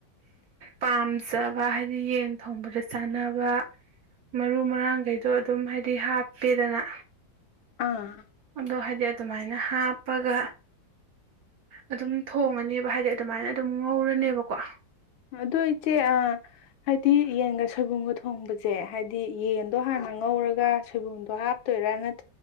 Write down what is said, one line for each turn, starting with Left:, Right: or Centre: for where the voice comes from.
Right: ꯄꯥꯝ ꯆꯥꯕ ꯍꯥꯏꯗꯤ ꯌꯦꯟ ꯊꯣꯡꯕꯗ ꯁꯥꯟꯅꯕ ꯃꯔꯨ ꯃꯔꯥꯡ ꯀꯩꯗꯣ ꯑꯗꯨꯝ ꯍꯥꯏꯗꯤ ꯍꯥꯞꯄꯦꯗꯅ
Left: ꯑꯥ
Right: ꯑꯗꯣ ꯍꯥꯏꯗꯤ ꯑꯗꯨꯃꯥꯏꯅ ꯍꯥꯞꯄꯒ ꯑꯗꯨꯝ ꯊꯣꯡꯉꯅꯦꯕ ꯍꯥꯏꯗꯤ ꯑꯗꯨꯃꯥꯏꯅ ꯑꯗꯨꯝ ꯉꯧꯔꯅꯦꯕꯀꯣ
Left: ꯑꯗꯨ ꯏꯆꯦ ꯍꯥꯏꯗꯤ ꯌꯦꯟꯒ ꯁꯣꯏꯕꯨꯝꯒ ꯊꯣꯡꯕꯁꯦ ꯍꯥꯏꯗꯤ ꯌꯦꯟꯗꯣ ꯍꯥꯟꯅ ꯉꯧꯔꯒ ꯁꯣꯏꯕꯨꯝꯗꯣ ꯍꯥꯞꯇꯣꯏꯔꯥ ꯅꯠꯇ